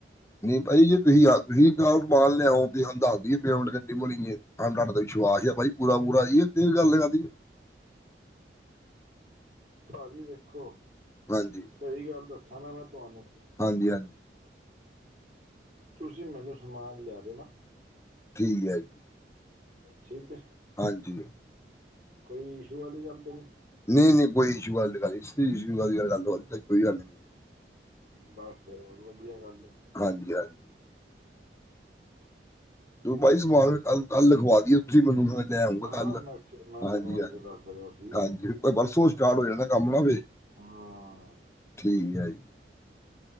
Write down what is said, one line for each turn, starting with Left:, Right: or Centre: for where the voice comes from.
Left: ਨਹੀਂ ਭਜੀ ਜੇ ਤੁਸੀਂ <unintelligible> ਬਾਲ ਲਿਆਓ ਵੀ <unintelligible> ਹਾਂ ਤੁਹਾਡੇ ਤੇ ਵਿਸ਼ਵਾਸ ਆ ਬਾਈ ਪੂਰਾ-ਪੂਰਾ ਇਹ ਗੱਲ ਕਾਦੀ।
Right: ਭਾਜੀ ਦੇਖੋ।
Left: ਹਾਂਜੀ।
Right: ਸਹੀ ਗੱਲ ਦੱਸਾਂ ਨਾ ਮੈਂ ਤੁਹਾਨੂੰ
Left: ਹਾਂਜੀ-ਹਾਂਜੀ।
Right: ਤੁਸੀਂ ਮੈਨੂੰ ਸਮਾਨ ਲਿਆ ਦੇਣਾ।
Left: ਠੀਕ ਐ ਜੀ।
Right: ਠੀਕ ਐ।
Left: ਹਾਂਜੀ।
Right: ਕੋਈ ਇਸ਼ੂ ਆਲੀ ਗੱਲ ਤੇ ਨਹੀਂ।
Left: ਨਹੀਂ-ਨਹੀਂ ਕੋਈ ਇਸ਼ੂ ਆਲੀ ਗੱਲ ਇਸ਼ੂ ਆਲੀ ਕੋਈ ਗੱਲ ਨੀ।
Right: ਬਸ ਫੇਰ ਹੋਰ ਵਧੀਆ ਗੱਲ ਏ‌।
Left: ਹਾਂਜੀ-ਹਾਂਜੀ। ਤੂੰ ਬਾਈ ਸਮਾਨ ਕੱਲ੍ਹ-ਕੱਲ੍ਹ ਲਿਖਵਾ ਦੀਓ। ਤੁਸੀਂ ਮੈਨੂੰ ਲੈ ਆਉਂਗਾ
Right: ਹਾਂ
Left: ਗੱਲ
Right: ਮੈਂ ਮੈਂ ਤੁਹਾਨੂੰ
Left: ਹਾਂਜੀ-ਹਾਂਜੀ,
Right: ਆਈ ਤਾਂ ਦੱਸ ਰਿਹਾ ਸੀ
Left: ਹਾਂਜੀ ਬਰਸੋਂ, ਸਟਾਟ ਹੋ ਜਾਂਦਾ ਕੰਮ ਵੇ
Right: ਹਾਂ।
Left: ਠੀਕ ਐ ਜੀ।